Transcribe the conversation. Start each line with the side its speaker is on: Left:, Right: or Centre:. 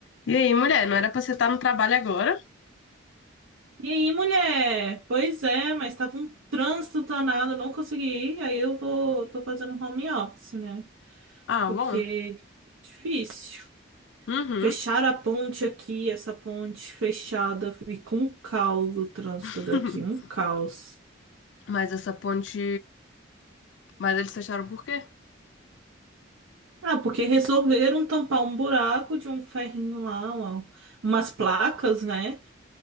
Left: E aí, mulher, não era pra você estar no trabalho agora?
Right: E aí, mulher? Pois é, mas tava um trânsito danado, não consegui ir. Aí eu vou, tô fazendo home office, né?
Left: Ah,
Right: Porque
Left: bom.
Right: difícil.
Left: Uhum.
Right: Fecharam a ponte aqui, essa ponte fechada, fica um caos o trânsito
Left: <laughs>
Right: daqui, um caos.
Left: Mas essa ponte. Mas eles fecharam por quê?
Right: Ah, porque resolveram tampar um buraco de um ferrinho lá, uma- umas placas, né?